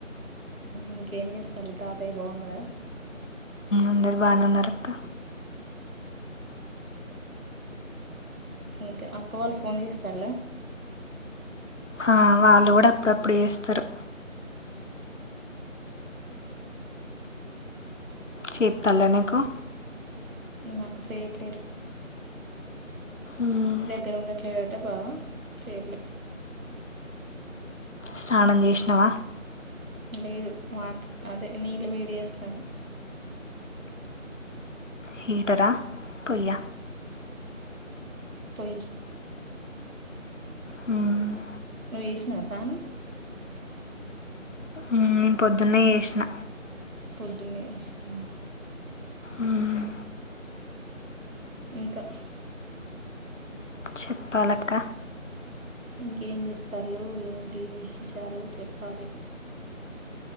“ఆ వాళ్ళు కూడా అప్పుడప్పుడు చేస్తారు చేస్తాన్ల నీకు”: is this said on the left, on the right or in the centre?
Left